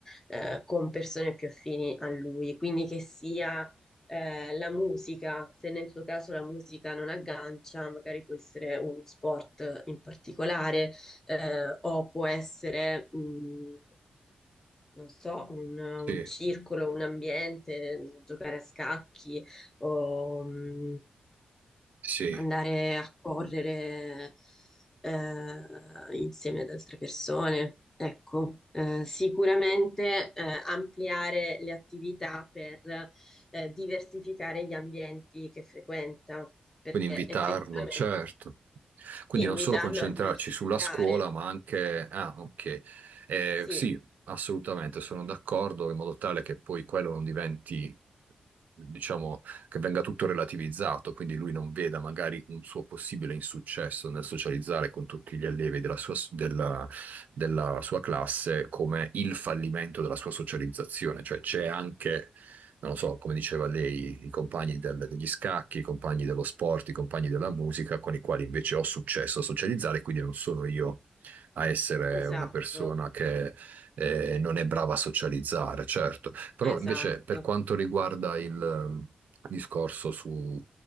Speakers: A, on the left; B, on the right.
A: eh, con persone più affini a lui, quindi che sia eh, la musica, se nel suo caso la musica non aggancia, magari può essere uno sport in particolare eh, o può essere, mh, non so, un, un
B: sì,
A: circolo, un ambiente, giocare a scacchi o mh,
B: sì.
A: andare a correre eh, insieme ad altre persone. Ecco, eh, sicuramente eh, ampliare le attività per eh, diversificare gli ambienti che frequenta, perché
B: Quindi invitarlo,
A: effettivamente
B: certo. Quindi
A: sì, invitarlo
B: non solo concentrarci
A: a diversificare,
B: sulla scuola, ma anche... Ah, ok. Eh,
A: sì.
B: sì, assolutamente, sono d'accordo, in modo tale che poi quello non diventi, diciamo, che venga tutto relativizzato, quindi lui non veda magari un suo possibile insuccesso nel socializzare con tutti gli allievi della sua, della, della sua classe come il fallimento della sua socializzazione, cioè c'è anche non lo so, come diceva lei, i compagni del- degli scacchi, i compagni dello sport, i compagni della musica, con i quali invece ho successo a socializzare, quindi non sono io a essere
A: Esatto,
B: una persona che eh, non è brava a socializzare, certo. Però
A: esatto.
B: invece per quanto riguarda il eh, discorso su...